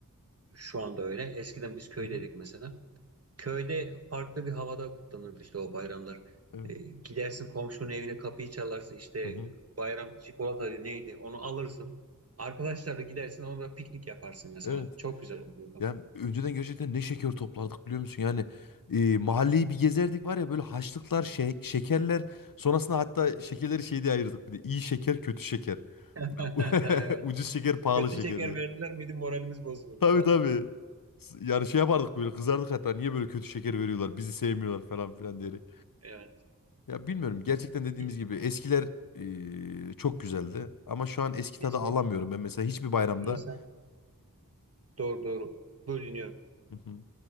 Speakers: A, on the right; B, on the left.
A: şu anda öyle. Eskiden biz köydeydik
B: Hı hı.
A: mesela. Köyde farklı bir havada kutlanırdı işte o bayramlar.
B: Evet.
A: E, gidersin komşunun evine kapıyı çalarsın işte
B: Hı hı.
A: bayram çikolata neydi onu alırsın. Arkadaşlarla gidersin orada piknik yaparsın mesela.
B: Evet.
A: Çok güzel oluyordu.
B: Yani önceden gerçekten ne şeker toplardık biliyor musun? Yani e, mahalleyi
A: Aynen.
B: bir gezerdik var ya böyle haçlıklar, şe- şekerler. Sonrasında hatta şekerleri şey diye ayırdık bir de. İyi şeker, kötü şeker.
A: <laughs>
B: <laughs>
A: Evet.
B: Ucuz şeker, pahalı
A: Kötü
B: şeker
A: şeker verirler miydi moralimiz bozulurdu
B: Tabii
A: falan.
B: tabii. S- Yani şey yapardık böyle kızardık hatta niye böyle kötü şeker veriyorlar bizi sevmiyorlar falan filan diyerek.
A: Evet.
B: Ya bilmiyorum gerçekten dediğimiz
A: E,
B: gibi eskiler eee, çok güzeldi ama şu an eski
A: Kesinlikle.
B: tadı alamıyorum ben mesela hiçbir bayramda.
A: İnsan doğru doğru bölünüyor.
B: Hı hı.